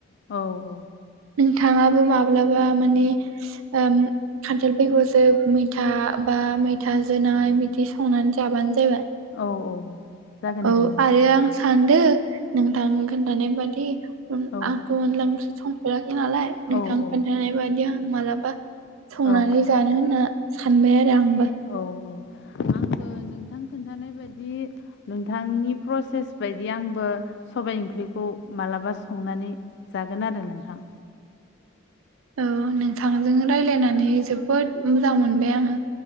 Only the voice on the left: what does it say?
औ।
औ औ। जागोन
दे नोंथां।
औ
औ औ
औ
औ औ आंबो नोंथां खोन्थानाय बायदि नोंथांनि प्रसेस बायदि आंबो सबाय ओंख्रिखौ मालाबा संनानै ओ जागोन आरो नोंथां।